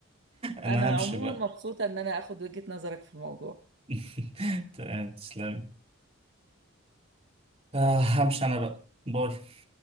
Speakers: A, on the right; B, on the right.
A: انا
B: انا
A: همشي
B: عموما
A: بقى
B: مبسوطة ان انا اخد وجهة نظرك في الموضوع
A: <laughs> تمام تسلمي آه همشي انا بقى باي